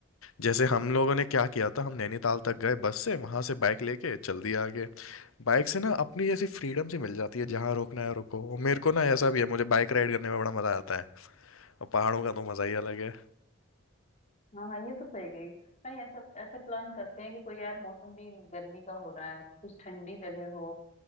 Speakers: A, on the left; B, on the left.
A: जैसे हम लोगों ने क्या किया था हम नैनीताल तक गए बस से वहां से बाइक लेके चल दिया आगे बाइक से ना अपनी ऐसी फ्रीडम सी मिल जाती है जहाँ रोकना है रोको और मेरे को ना ऐसा भी है मुझे बाइक राइड करने में बड़ा मजा आता है और पहाड़ों का तो मजा ही अलग है
B: हाँ हाँ ये तो सही कही कहीं ऐसा ऐसा प्लान करते हैं कि कोई यार मौसम भी गर्मी का हो रहा है तो कुछ ठंडी जगह हो